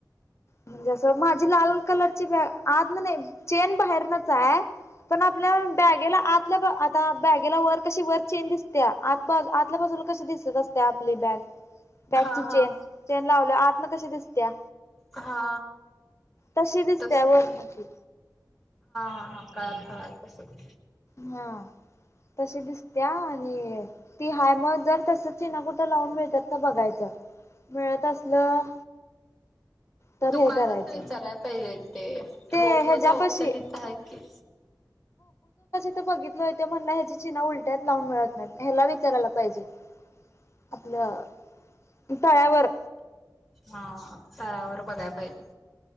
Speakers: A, on the left; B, in the centre.
A: म्हणजे असं माझी लाल कलरची आज ना नाही चेन बाहेरनच आहे. पण आपल्या बॅगेला आतल्या आता बॅगेला वर कशी वर चैन दिसते आ आतल्या बाजून. कशी दिसत असते आपली बॅग बॅगची
B: हा हा
A: चैन चैन लावल्या आतन मग कशी दिसत्या.
B: हा
A: तशी दिसत्या
B: तस
A: वरन
B: हां
A: ती
B: हां हां कळाल कळाल तसं
A: ह्ं तशी दिसत्या आणि ती हाय मग जर तस चिना कुठं लावून मिळतात तर बघायचं. मिळत असलं तर
B: दुकानात
A: हे करायचं
B: तर विचाराय पाहिजे? ते
A: ते
B: हो
A: ह्याच्यापाशी
B: ग चाौकचा तिथं आहेत की
A: बघितल हो ते म्हण ह्याची चिना्हा उलट्यात लावून मिळत नाही ह्याला विचारायला पाहिजे? आपलं तळ्यावर
B: हा तळ्यावर बघायला पाहिजे.